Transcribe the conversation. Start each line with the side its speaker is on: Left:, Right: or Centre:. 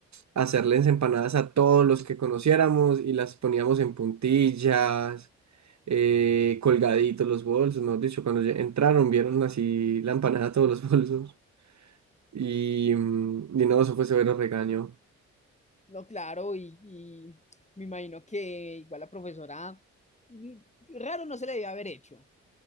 Right: a hacerles empanadas a todos los que conociéramos y las poníamos en puntillas, eh, colgaditos los bolsos, mejor dicho, cuando ya entraron vieron así la empanada a todos los <laughs> bolsos. Y, mm, y no, eso fue severo regaño.
Left: No, claro, y, y me imagino que igual la profesora, mm, raro no se le debe haber hecho.